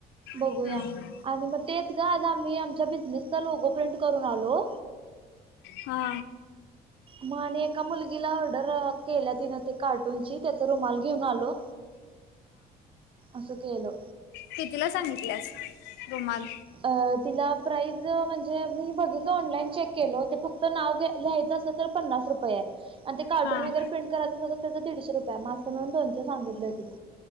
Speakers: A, on the right; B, on the left.
A: बघूया
B: हम्म.
A: आणि मग तेच ग आज आम्ही आमच्या बिझनेसचा लोगो प्रिंट करून आलो.
B: हा.
A: म आणि एका मुलगी तिला ऑर्डर केल्या तिनं ते कार्टूनची त्याचा रुमाल घेऊन आलो. असं केलो.
B: कीतिला सांगितल्यास रुमाल.
A: अ तिला प्राईज म्हणजे मी बघितलो ऑनलाईन चेक केलो ते फक्त नाव घ्यायचं असत तर. पन्नास रुपय हाय. आणि ते कार्टून
B: हां
A: वगैरे प्रिंट करायच असे तर त्याच दीडशे रुपये म मिळून दोनशे सांगितलोय तिला.